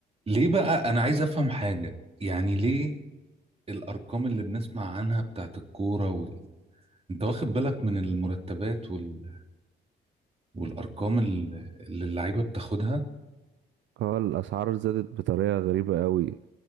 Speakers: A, on the right; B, on the right.
A: ليه بقى انا عايز افهم حاجة يعني ليه الارقام اللي بنسمع عنها بتاعت الكورة وال... انت واخد بالك من المرتبات وال... والارقام ال- اللي اللعيبة بتاخدها
B: اه الأسعار زادت بطريقة غريبة قوي